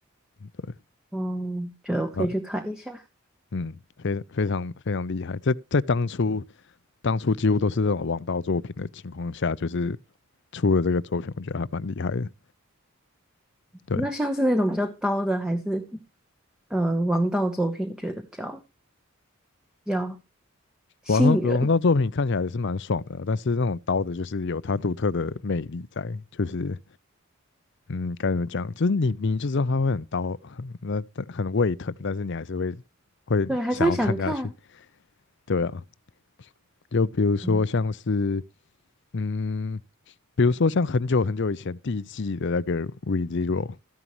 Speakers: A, on the left; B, in the centre.
A: 对，
B: 哦，觉得我可以去看一下。
A: 那嗯，非非常非常厉害，在在当初当初几乎都是这种王道作品的情况下，就是出了这个作品，我觉得还蛮厉害的。对，
B: 那像是那种比较刀的，还是呃王道作品，觉得比较比较吸引人。
A: 王道王道作品看起来也是蛮爽的啊但是那种刀的，就是有它独特的魅力在，就是嗯，该怎么讲，就是你你就知道它会很刀，很那但很胃疼，但是你还是会会想要看下去。
B: 对，还是会想看。
A: 对啊，就比如说像是
B: 嗯
A: 嗯。比如说像很久很久以前第一季的那个 ReZero，